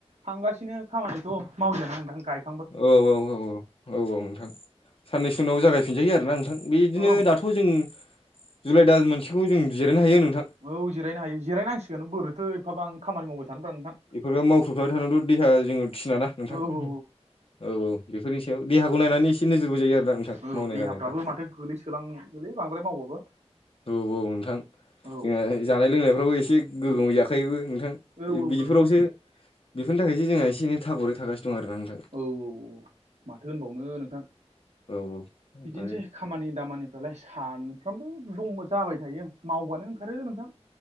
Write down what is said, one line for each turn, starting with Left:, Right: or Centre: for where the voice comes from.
Right: थांगासिनो खामानिखौ मावजायाना नोंथां गायखा
Left: औ औ औ औ औ औ नोंथां। साननैसो उनाव जागायफिनजायो आरोना नोंथां बेदिनो
Right: औ
Left: दाथ' जों जुलाइ दान मोनसेखौ जों जिरायनो हायो नोंथां।
Right: औ जिरायनो हायो जिरायनांसिगोन बोरैथ' एफाबा आं खामानि मावबाय थोब्रा नोंथां।
Left: बेब मावख्रुबथाबबाय थानथ' देहा जोङो थिनाना नोंथां
Right: औ औ
Left: औ औ। बेफोरनि सायाव देहाखौ नायनानै एसे नोजोरबो जायो आरो ना नोंथां
Right: औ
Left: मावनाय
Right: औ देहाफ्राबो
Left: दांनायफ्रा
Right: माथो गोलैसोलाङोलै बांद्राय मावबाबो
Left: औ औ नोंथां
Right: औ
Left: जोंहा जानाय लोंनायफ्रावो एसे गोग्गोमै जाखायोबो नोंथां
Right: औ
Left: बिफोरावसो
Right: नंगौ
Left: बेनि थाखायसो जोंहा एसे एनै थावरै थागासि दं आरो नोंलाय
Right: औ औ औ माथो होनबावनो नोंथां
Left: औ ओमफ्राय
Right: बिदिनोसै। खामानि दामानिफ्रालाय सानफ्रामबो दंबो जाबाय थायो मावबानो ओंखारो नोंथां।